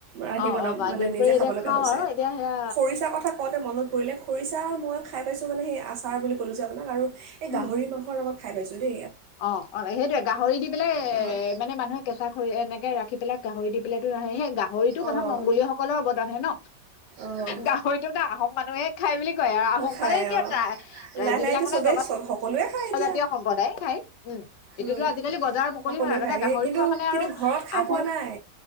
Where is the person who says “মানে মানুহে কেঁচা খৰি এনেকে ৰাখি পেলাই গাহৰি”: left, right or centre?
Left